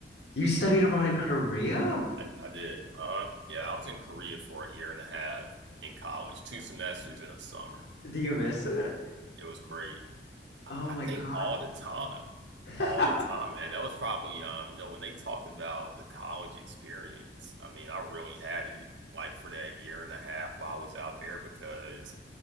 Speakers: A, on the left (about 70°); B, on the right (about 85°).
A: you studied abroad in Korea?
B: I, I did. Uh-huh. Yeah, I was in Korea for a year and a half in college, two semesters in a summer.
A: Do you miss it?
B: It was great. I,
A: Oh
B: I
A: my
B: think
A: God.
B: all the time,
A: <laughs>
B: all the time, man. That was probably, um, you know, when they talked about the college experience. I mean, I really had it like for that year and a half while I was out there because